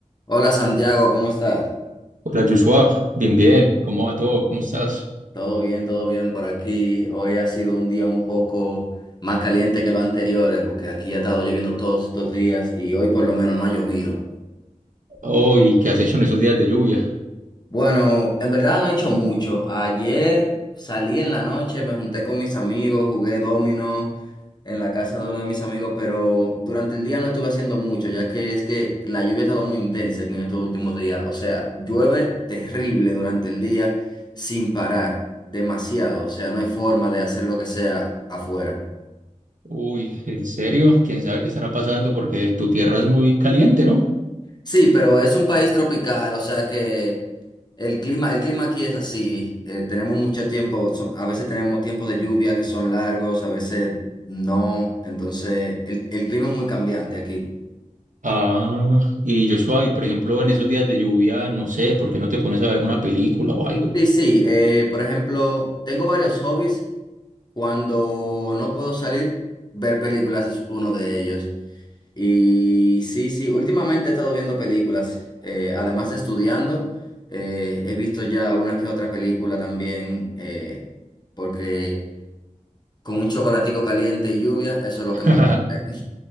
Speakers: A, on the left; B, on the right.
A: Hola Santiago, ¿cómo estás?
B: Hola Joshua, bien, bien, ¿cómo va todo? ¿Cómo estás?
A: Todo bien, todo bien por aquí. Hoy ha sido un día un poco más caliente que los anteriores porque aquí ha estado lloviendo todos estos días y hoy por lo menos no ha llovido.
B: Oh, ¿y qué has hecho en esos días de lluvia?
A: Bueno, en verdad no he hecho mucho. Ayer salí en la noche, me junté con mis amigos, jugué dominó en la casa de uno de mis amigos, pero durante el día no estuve haciendo mucho, ya que es que la lluvia ha estado muy intensa en estos últimos días. O sea, llueve terrible durante el día sin parar, demasiado. O sea, no hay forma de hacer lo que sea afuera.
B: Uy, ¿en serio? ¿Quién sabe qué estará pasando? Porque tu tierra es muy caliente, ¿no?
A: Sí, pero es un país tropical, o sea que... El clima, el clima aquí es así. eh, tenemos mucho tiempo, so- a veces tenemos tiempos de lluvia que son largos, a veces no. Entonces, el, el clima es muy cambiante aquí.
B: Ah, y Joshua, y por ejemplo, en esos días de lluvia, no sé, ¿por qué no te pones a ver una película o algo?
A: Sí, sí. eh, por ejemplo, tengo varios hobbies. Cuando no puedo salir, ver películas es uno de ellos. Y sí, sí, últimamente he estado viendo películas, eh, además de estudiando. eh, he visto ya una que otra película también, eh, porque... Con un chocolatico caliente y lluvia, eso es lo
B: <laughs>
A: que mejor me cae. <laughs>